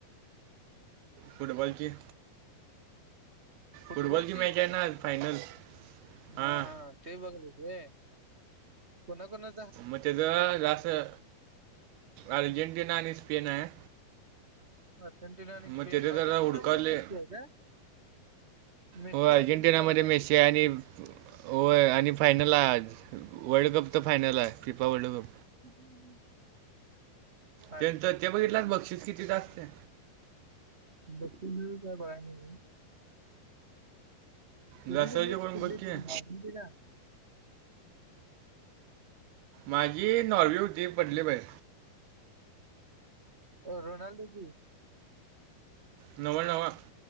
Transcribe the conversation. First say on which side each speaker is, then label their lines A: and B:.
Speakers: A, on the right; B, on the right.
A: फुटबॉलची.
B: फुटबलची.
A: फुटबॉलची मॅच आहे फायनल. हां
B: हा हा ते बघलेचय कोणाकणा.
A: मग त्याच जा अर्जेंटिना आणि स्पेन आहे.
B: अर्जेंटिना आणि स्पेन
A: मग त्याचं जरा
B: अर्जेंटिना
A: हुडकावले
B: मधून मेस्ती आहे का. मेस्सी
A: हो अर्जेंटिनामध्ये
B: अर्जेंटिना मध्ये
A: मेशी आहे आणि हो आणि फायनल. वर्ल्ड कप तर फायनल आहे फिफा वर्ल्ड कप.
B: हम्म ह्.
A: ते चचे बघितला बक्षीस किती जा असते.
B: बक् काय कय नि. तुझी
A: जसं
B: क
A: जे कोण
B: कुठली
A: बघ की
B: त का.
A: माझी नॉवी उद पडली परे.
B: रोनाल्डो की.
A: नवं नवं